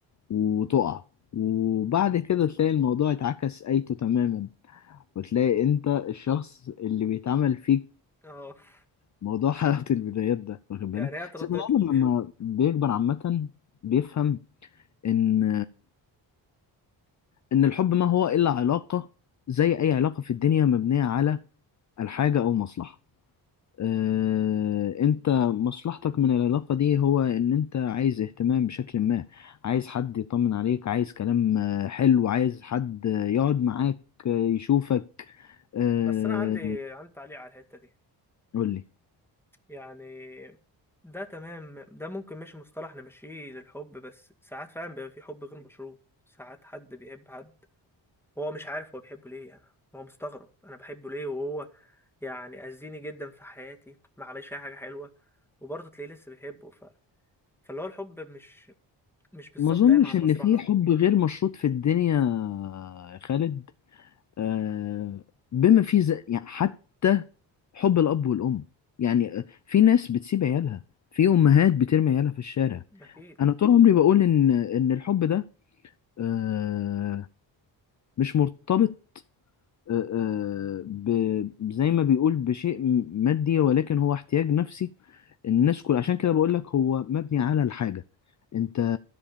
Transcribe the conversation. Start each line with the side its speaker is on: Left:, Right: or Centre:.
Left: وتقع وبعد كده تلاقي الموضوع اتعكس ايته تماما وتلاقي انت الشخص اللي بيتعمل فيك
Centre: اه <laughs>
Left: الموضوع <laughs> حلاوة البدايات ده واخد بالك
Centre: يعني هي اتردت
Left: بس البني آدم
Centre: لك
Left: لما بيكبر عامة بيفهم ان إن الحب ما هو إلا علاقة زي أي علاقة في الدنيا مبنية على الحاجة أو مصلحة آه، أنت مصلحتك من العلاقة دي هو إن أنت عايز اهتمام بشكل ما عايز حد يطمن عليك عايز كلام آه، حلو عايز حد آه، يقعد معاك آه، يشوفك آه،
Centre: بس انا عندي عندي تعليق على الحتة دي
Left: قول لي
Centre: يعني ده تمام ده ممكن ماشي مصطلح نمشيه للحب بس ساعات فعلا بيبقى في حب غير مشروط ساعات حد بيحب حد هو مش عارف هو بيحبه ليه يعني هو مستغرب انا بحبه ليه وهو يعني اذيني جدا في حياتي ما عملش اي حاجه حلوه وبرضه تلاقيه لسه بيحبه ف... فاللي هو الحب مش مش بالظبط
Left: ما أظنش
Centre: قايم على المصلحه
Left: إن في حب غير مشروط في الدنيا يا خالد آه، بما فيه ز... يعني حتى حب الأب والأم يعني آه، في ناس بتسيب عيالها في أمهات بترمي عيالها في الشارع
Centre: اكيد
Left: أنا طول عمري بقول إن إن الحب ده آه، مش مرتبط آه، آه، ب... زي ما بيقول بشيء م- مادي ولكن هو احتياج نفسي الناس كل عشان كده بقول لك هو مبني على الحاجة انت